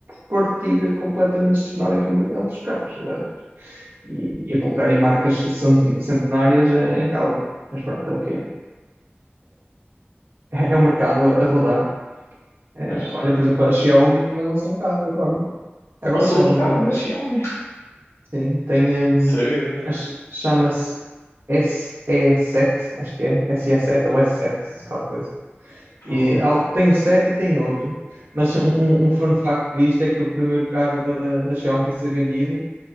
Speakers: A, on the right; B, on the left.
A: partir completamente, se tornar aqui o mercado dos carros elétricos e, e a colocarem marcas centen- centenárias eh, em causa, Mas pronto, é o que é. É é o mercado a, a rodar. Eh,
B: Pois.
A: olha, por exemplo, a Xiaomi também lançou um carro agora. Agora
B: Não sou
A: já
B: um
A: há algum
B: carro
A: tempo.
B: da Xiaomi,
A: Sim, tem. hum,
B: não sabia, por acaso.
A: ch- chama-se SE7, acho que é. SE7 ou S7, se qualquer coisa. E
B: Fogo.
A: há- tem o 7 e tem outro. Mas um, um um fun fact disto é que o primeiro carro da, da, da Xiaomi a ser vendido